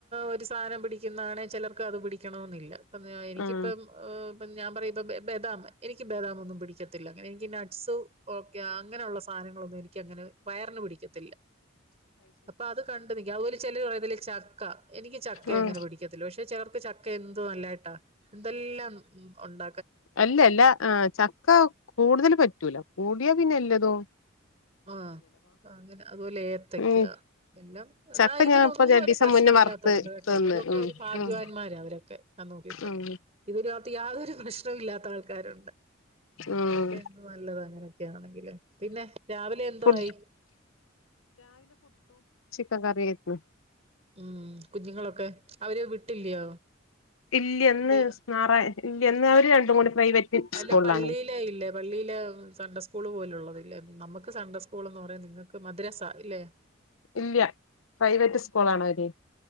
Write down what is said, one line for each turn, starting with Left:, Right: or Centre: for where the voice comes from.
Right: ഒരു സാധനം പിടിക്ക. ടിക്ക്ണന്നാ ചിലർക്ക് അത് പിടിക്കണന്നില്ല പ്പ ഞാൻ എനികെപ്പൊ
Left: ഉം
Right: ഞാൻ പറയും. ഇപ്പൊ ബദാം എനിക്ക് ബദാം ഒന്നും പിടിക്കത്തില്ല അങ്ങനെ എനിക്ക് നട്ട്സ് ഓക്കെ അങ്ങനെയുള്ള സാധനങ്ങളൊന്നും എനി. എനിക്കങ്ങനെ വയറിനു പിടിക്കത്തില്ല. അപ്പൊ അത് കണ്ട്നിക്ക അതുപോലെ ചിലർ പറയല് ചക്ക എനിക്ക് ചക്ക
Left: ഉം
Right: അങ്ങനെ പിടിക്കത്തില്ല പക്ഷെ ചെർ ചക്ക എന്തോ നല്ലായിട്ടാ എന്തെല്ലാം ഉണ്ട.
Left: അല്ലല്ല ആ ചക്ക കൂടുതൽ പറ്റൂല. കൂടിയാ പിന്നെ എല്ലതോ.
Right: ആ അങ്ങനെ അതുപോലെ ഏത്തക്ക
Left: ഉം
Right: എല്ലാം എന്നാ
Left: ചക്ക
Right: ഇതിനൊന്നും
Left: ഞാൻ ഇപ്പൊ രണ്ടീസം
Right: ഒരു പ്രശ്നംല്ല.
Left: മുന്നേ വറുത്ത്
Right: ല്ലത്തവരുണ്ട് കേട്ടോ
Left: തിന്ന്
Right: അതൊക്കെ
Left: ഉം
Right: ഒരു ഭാഗ്യവാന്മാരെ
Left: ഉം
Right: അവരൊക്കെ. ഞാൻ നോക്കയിട്ട്
Left: ഉം
Right: ഇതിനകത്ത് യാതൊരു പ്രശ്നോ പ്രശനമില്ലാത്ത ആൾക്കാരുണ്ട്
Left: ഉം
Right: അതൊക്കെ എന്ത് നല്ലതക്കെയങ്ങനെയങ്കില് പിന്നെ രാവിലെ എന്തോ
Left: പു
Right: ആയി.
Left: ചിക്കൻകറി അയിക്ക്ണ്.
Right: ഉം കുഞ്ഞുങ്ങളൊക്കെ അവര് വിട്ടില്ലയോ?
Left: ഇല്ലന്ന്
Right: നീ
Left: നാറ ഇല്ലന്ന് അവര് രണ്ടും കൂടി പ്രൈവറ്റ്
Right: അല്ല
Left: സ്കൂളിലാണേ
Right: പള്ളിയില ഇല്ലേ പള്ളിയില സണ്ട സ്കൂള് പോലുള്ളത്ല്ലേ നമുക്ക് സണ്ടസ്കൂ സ്കൂളെന്ന് പറയാ നിങ്ങൾക്ക് മദ്രസ ഇല്ലെ
Left: ഇല്ല പ്രൈവറ്റ് സ്കൂളാണ് അവര്